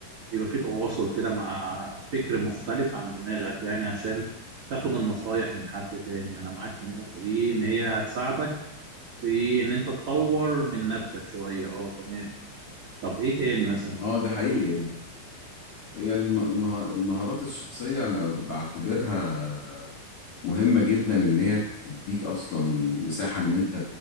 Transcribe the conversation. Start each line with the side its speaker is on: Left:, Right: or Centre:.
Right: بيبقى في تواصل كده مع فكر مختلف عن دماغك يعني عشان تاخد النصايح من حد تاني انا معاك في النقطة دي ان هي هتساعدك في ان انت تطور من نفسك شوية اه تمام طب ايه تاني مثلا
Left: اه ده حقيقي هي الم- المه- المهارات الشخصية أنا بعتبرها مهمة جدا إن هي تديك أصلا مساحة إن أنت